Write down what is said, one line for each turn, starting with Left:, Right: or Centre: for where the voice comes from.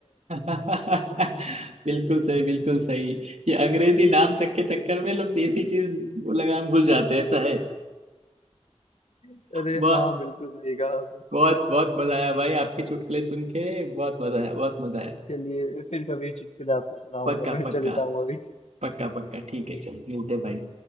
Right: <laughs> बिल्कुल सही बिल्कुल सही ये अंग्रेजी नाम चक्के चक्कर में लोग देसी चीज लगाम भूल जाते हैं ऐसा
Left: अरे
Right: है
Left: हाँ बिल्कुल सही कहा आपने।
Right: बहुत बहुत मजा आया भाई आपके चुटकुले सुन के बहुत मजा आया बहुत मजा आया
Left: चलिए फिर कभी चुटकुला आपको सुनाऊंगा
Right: पक्का
Left: मैं
Right: पक्का
Left: चलता हूँ अभी
Right: पक्का पक्का ठीक
Left: चलिए
Right: है चल मिलते हैं भाई